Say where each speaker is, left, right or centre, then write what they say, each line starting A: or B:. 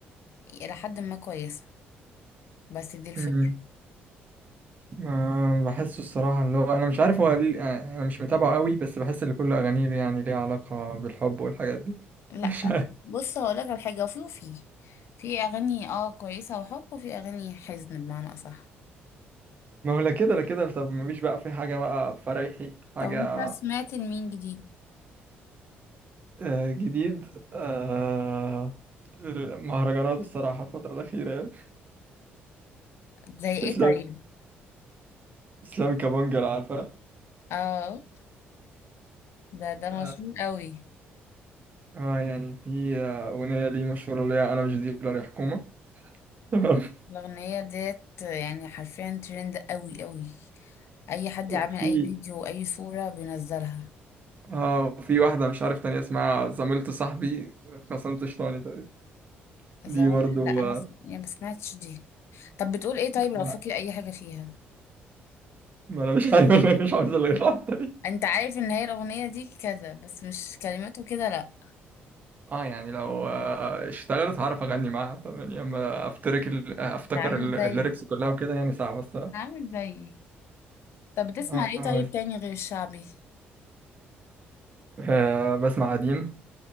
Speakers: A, on the left; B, on the right.
A: الى حد ما كويسه بس دي الفكره
B: مم. ما بحسه الصراحة اللي هو انا مش عارف هو ليه يعني انا مش متابعه قوي بس بحس ان كل اغانيه ليه- يعني ليها علاقة بالحب والحاجات دي <laughs>
A: لا
B: مش عارف
A: بص هقولك على حاجه وفي وفي في اغاني اه كويسه وحب وفي اغاني حزن بمعنى اصح
B: ما هو لا كده لا كده طب مفيش بقى في حاجة بقى فرايحي حاجة
A: طب انت سمعت لمين جديد
B: آه، جديد آه، المهرجانات الصراحة الفترة الأخيرة يعني.
A: زي ايه
B: إسلام
A: طيب
B: إسلام كابونجا عارفة
A: اه ده ده
B: ف-
A: مشهور قوي
B: اه يعني في آه، أغنية ليه مشهورة اللي هي أنا مش ديلر يا حكومة تمام
A: الاغنيه ديت يعني حرفيا ترند قوي قوي اي حد
B: وفي
A: عامل اي فيديو
B: <laughs>
A: واي صوره بينزلها
B: اه في واحدة مش عارف تانية اسمها زميلة صاحبي خصمت شيطاني تقريبا
A: زمان
B: دي برضو
A: لا انا
B: آه،
A: س- يعني ما سمعتش دي طب بتقول ايه طيب لو
B: لا
A: فاكر اي حاجه فيها
B: ما أنا مش عارف اللي مش عاوز اللي الواحدة دي
A: انت عارف ان هي الاغنيه دي كذا بس مش كلماته كده لا
B: <laughs> اه يعني لو آه، اشتغلت هعرف اغني معاها فاهماني اما افتكر افتكر
A: انت عامل زي
B: الليركس كلها وكده يعني صعبة الصراحة
A: عامل زي طب بتسمع
B: اه
A: ايه طيب تاني غير الشعبي
B: آه بسمع قديم